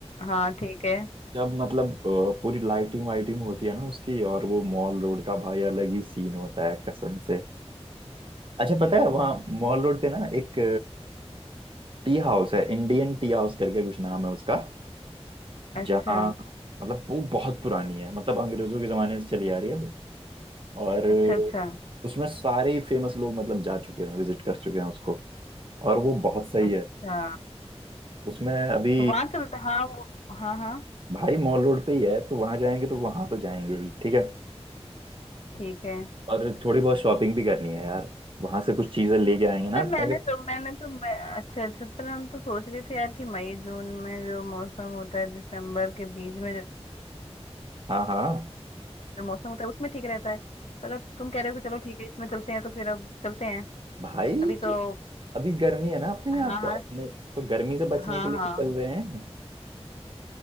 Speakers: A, on the left; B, on the right.
A: हाँ ठीक है
B: जब मतलब अ, पूरी लाइटिंग वाइटिंग होती है ना उसकी और वो मॉल रोड का भाई अलग ही सीन होता है कसम से अच्छा पता है वहाँ मॉल रोड पे ना एक टी हाउस है इंडियन टी हाउस करके कुछ नाम है उसका
A: अच्छा
B: जहाँ मतलब वो बहुत पुरानी है मतलब अंग्रेजों के जमाने से चली आ रही है वो और अ,
A: अच्छा अच्छा
B: उसमें सारे ही फेमस लोग मतलब जा चुके हैं विजिट कर चुके हैं उसको और वो बहुत सही
A: अच्छा
B: है उसमें अभी
A: तो वहां चलते हाँ वो हाँ हाँ
B: भाई मॉल रोड पे ही है तो वहाँ जाएंगे तो वहाँ तो जाएंगे ही ठीक है
A: ठीक है
B: और थोड़ी बहुत शॉपिंग भी करनी है यार वहां से कुछ चीजें लेके आएंगे ना
A: पर मैंने
B: ताकि
A: तो मैंने तो मैं, अच्छा अच्छा पर हम तो सोच रहे थे यार कि मई जून में जो मौसम होता है दिसंबर के बीच में जो
B: हाँ हाँ
A: जो मौसम होता है उसमें ठीक रहता है पर अब तुम कह रहे हो कि चलो ठीक है इसमें चलते हैं तो फिर अब चलते हैं
B: भाई
A: अभी तो
B: अभी गर्मी है ना अपने
A: हाँ
B: यहाँ तो
A: हाँ
B: अपने तो गर्मी से बचने
A: हाँ
B: के लिए
A: हाँ
B: तो चल रहे हैं